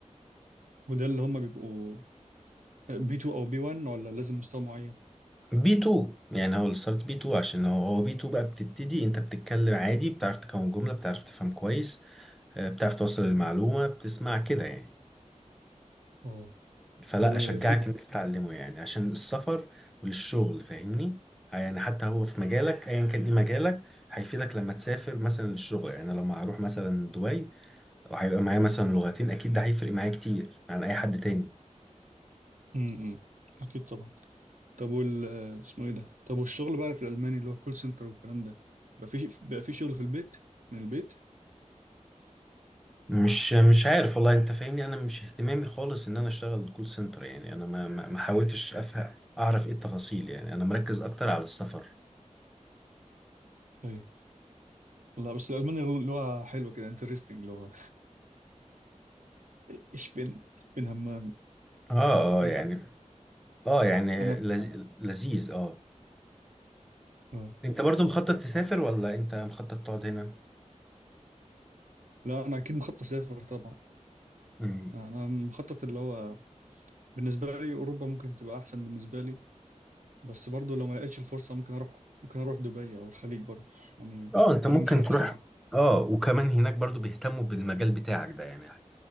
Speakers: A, on the right (about 80°); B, in the centre.
A: وده اللي هم بيبقوا بي 2 او بي 1 ولا لازم مستوى معين
B: بي 2 يعني هو الستارت بي 2 عشان هو هو بي 2 بقى بتبتدي انت بتتكلم عادي بتعرف تكون جملة بتعرف تفهم كويس آه، بتعرف توصل المعلومة
A: مم.
B: بتسمع كده يعني
A: اه
B: فلا
A: وفي
B: اشجعك
A: بقى
B: ان انت تتعلمه يعني عشان السفر وللشغل فاهمني يعني حتى هو في مجالك ايا كان ايه مجالك هيفيدك لما تسافر مثلا للشغل يعني أنا لما هروح مثلا دبي وهيبقى معايا مثلا لغتين اكيد ده هيفرق معايا كتير عن اي حد تاني
A: امم اكيد طبعا طب وال آه، اسمه ايه ده طب والشغل بقى في الالماني اللي هو كول سنتر والكلام ده بقى في بقى في شغل في البيت من البيت
B: مش مش عارف والله انت فاهمني انا مش اهتمامي خالص ان انا اشتغل كول سنتر يعني انا ما ما ما حاولتش افهم اعرف ايه التفاصيل يعني انا مركز اكتر على السفر
A: ايوه لا بس الالماني اللغه حلوه كده انترستنج اللي هو ich bin, ich bin همام
B: اه
A: مش عارف ايه
B: اه يعني اه يعني
A: انا ب...
B: لذي- لذيذ اه
A: آه.
B: انت برضو مخطط تسافر ولا انت مخطط تقعد هنا
A: لا انا اكيد مخطط اسافر طبعا
B: مم.
A: انا مخطط اللي هو بالنسبه لي اوروبا ممكن تبقى احسن بالنسبه لي بس برضو لو ما لقيتش الفرصه ممكن اروح ممكن اروح دبي او الخليج برضو يعني
B: اه انت
A: الخليج
B: ممكن
A: مش وحش
B: تروح
A: طبعا
B: اه وكمان هناك برضو بيهتموا بالمجال بتاعك ده يعني